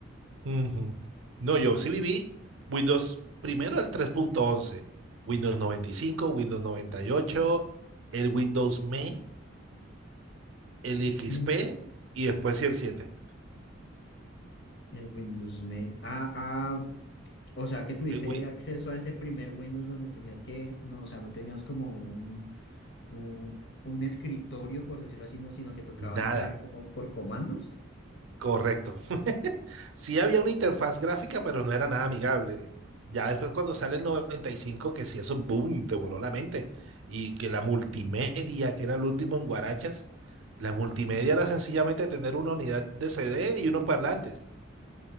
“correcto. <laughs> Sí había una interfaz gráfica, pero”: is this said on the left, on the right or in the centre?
Right